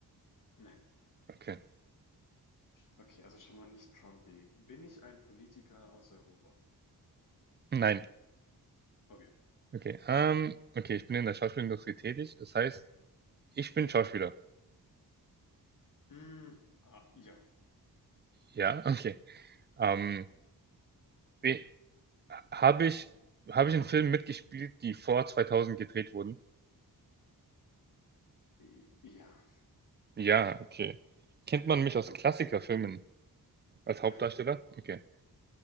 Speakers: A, on the left; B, on the right.
A: ne.
B: Okay.
A: Okay, also schon mal nicht Trumpy. Bin ich ein Politiker aus Europa?
B: Nein.
A: Okay.
B: Okay. Ähm, okay, ich bin in der Schauspielindustrie tätig. Das heißt, ich bin Schauspieler.
A: Hm, ah, ja.
B: Ja, okay. Ähm, be- habe ich, habe ich in Filmen mitgespielt, die vor 2000 gedreht wurden?
A: <gasps> I- Ja,
B: Ja, okay. Kennt man mich aus Klassikerfilmen als Hauptdarsteller?
A: ja,
B: Okay.